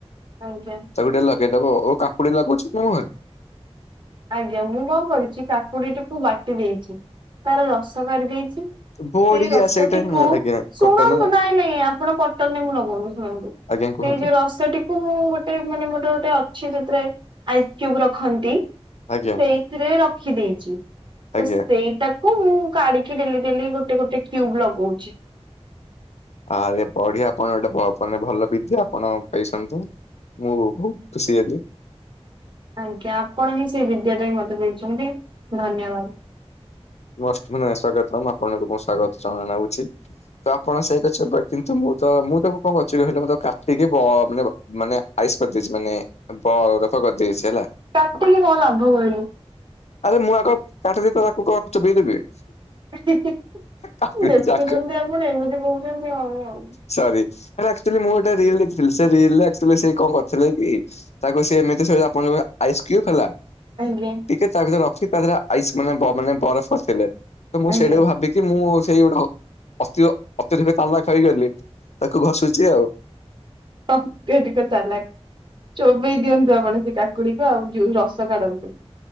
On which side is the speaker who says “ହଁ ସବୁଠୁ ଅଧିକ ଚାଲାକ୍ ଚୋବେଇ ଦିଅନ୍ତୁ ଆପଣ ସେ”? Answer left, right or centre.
Right